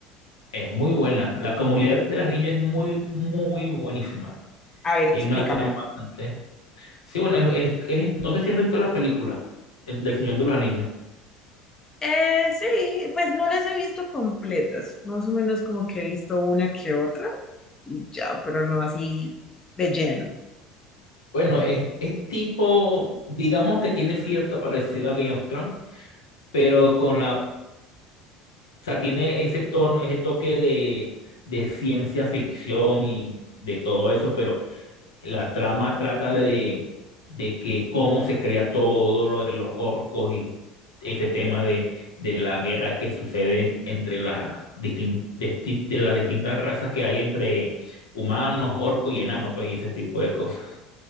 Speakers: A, on the left (about 80°); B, on the left (about 25°).
A: es muy buena. La comunidad del anillo es muy, muy buenísima.
B: A ver, explícamela.
A: Tiene una trama bastante... Sí, bueno, es, es- es- no sé si has visto las películas el del Señor de los Anillos.
B: Eh, sí, pues no las he visto completas, más o menos como que he visto una que otra y ya, pero no así de lleno.
A: Bueno, es, es tipo, digamos que tiene cierta parecida a Game of Thrones, pero con la... O sea, tiene ese tono, ese toque de, de ciencia ficción y de todo eso, pero... La trama trata de, de que cómo se crea todo lo de los orcos y ese tema de, de la guerra que sucede en- entre las distin- disti- de las distintas razas que hay entre humanos, orcos y enanos, pues, y ese tipo de cosas.